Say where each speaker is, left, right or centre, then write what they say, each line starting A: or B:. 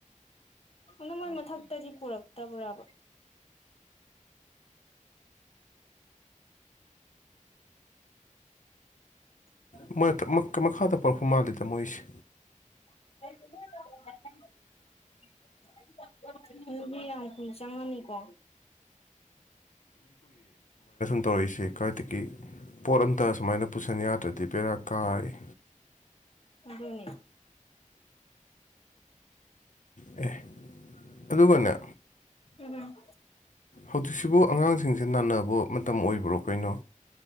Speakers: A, on the left; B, on the left.
A: ꯑꯗꯨ ꯃꯣꯏ ꯃꯊꯛꯇꯗꯤ ꯄꯨꯔꯛꯇꯕ꯭ꯔꯥꯕ ꯎꯝ <unintelligible> <inaudible>
B: <unintelligible> ꯃꯈꯥꯗ ꯄꯨꯔꯛꯄ ꯃꯥꯜꯂꯤꯗ ꯃꯣꯏꯁꯦ
A: <unintelligible> ꯑꯗꯨꯗꯤ ꯌꯥꯝ ꯀꯨꯏ ꯆꯪꯉꯅꯤꯀꯣ
B: ꯇꯧꯔꯛꯏꯁꯤ ꯀꯥꯏꯗꯒꯤ ꯄꯣꯠ ꯑꯞꯇ ꯁꯨꯃꯥꯏꯅ ꯄꯨꯁꯜ ꯅꯤꯌꯥꯗ꯭ꯔꯗꯤ ꯕꯦꯔꯥ ꯀꯥꯔꯦ
A: ꯑꯗꯨꯅꯤ
B: ꯑꯦ ꯑꯗꯨꯒꯅꯦ
A: ꯎꯝ
B: ꯍꯧꯖꯤꯛꯁꯤꯕꯨ ꯑꯉꯥꯡꯁꯤꯡꯁꯦ ꯅꯥꯅꯕ ꯃꯇꯝ ꯑꯣꯏꯕ꯭ꯔꯣ ꯀꯩꯅꯣ